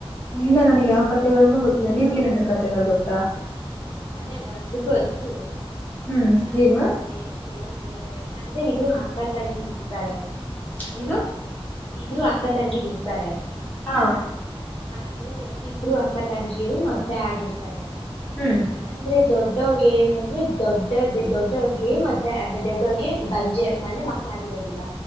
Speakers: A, on the left (about 15°); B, on the left (about 65°).
A: ಇಲ್ಲ ನನ್ಗೆ ಯಾವ ಕತೆೆಗಳಗಳನ್ನುೂ ಗೊತ್ತಿಲ್ಲ ನಿಮ್ಗೆ ಏನಾದ ಕತೆೆಗಳು ಗೊತ್ತಾ
B: ಅಂದ್ರೆ ಒಂದ್ ಗೊತ್ತು
A: ಹ್ಮ್
B: ಅದ
A: ಏನು
B: ದೇ ದೇವ್ರ ಮೈ ಅಂದ್ರೆ ಇದ್ರು ಅಕ್ಕ ತಂಗಿಿದಿರ್ತಾರೆ.
A: ಇಿನ
B: ಇಬ್ರು ಅಕ್ಕ ತಂಗಿಿದ ಇರ್ತಾರೆ
A: ಹಾ
B: ಅಂದ್ರೆ ಇಬ್ರು ಅಕ್ಕ ತಂಗಿಯರು ಮದ್ದೆ ಆಗಿರ್ತಾರೆ
A: ಹ್ಮ್
B: ಅಂದ್ರೆ ದೊಡ್ಡ ದೊಡ್ಡವ್ರಗೆ ಏನು ಅಂದ್ರೆ ದೊಡ್ಡ ದೊಡ್ಡವ್ರಗೆ ಮದ ಅಂದ್ರೆ ದೊಡ್ಡವ್ರಿಗೆ ಬಂಜೆ ಮನೆ ಮಕ್ಕಳು ಮಳಾಗಿರೋದಿಲ್ಲ